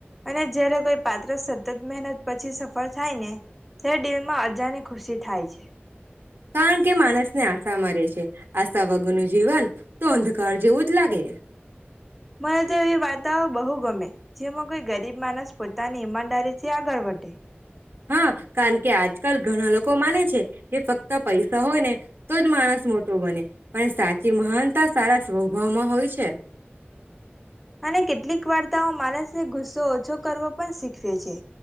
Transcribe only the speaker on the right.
કારણ કે માણસને આશા મરે છે આશા વગરનું જીવન તો અંધકાર જેવું જ લાગે.
હા કારણ કે આજકાલ ઘણા લોકો માને છે કે ફક્ત પૈસા હોય ને તો જ માણસ મોટો બને, પણ સાચી મહાનતા સારા સ્વભાવમાં હોય છે.